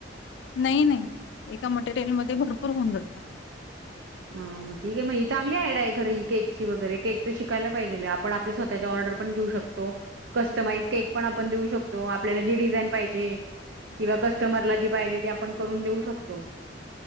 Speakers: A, on the left; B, on the right.
A: नाही नाही एका मटेरियलमध्ये भरपूर होऊन जातात.
B: हम ठीकाय मग ही चांगली आयडा आहे, खर ही केची वगैरे केक चं शिकायलापाहिजेलय आपण आपल्या स्वतः ऑर्डर. पण घेवू शकतो कस्टमाइज केक पण आपण देऊ शकतो आपल्याला जे डिझाईन पाहिजे. किंवा कस्टमरला जी पायजेते आपण करून देऊ शकतो.